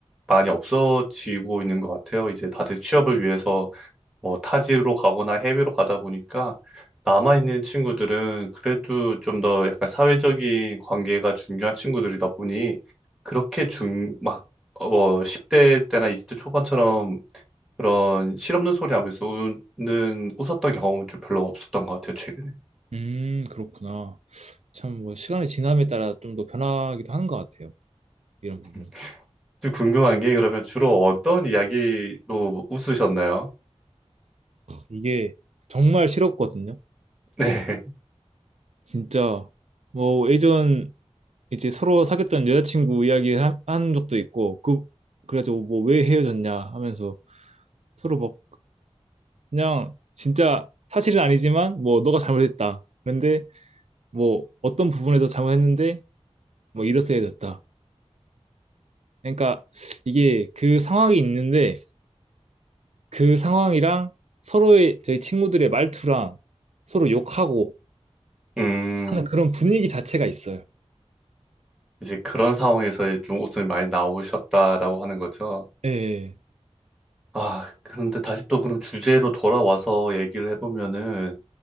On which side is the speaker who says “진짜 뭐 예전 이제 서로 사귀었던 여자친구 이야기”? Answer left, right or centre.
Right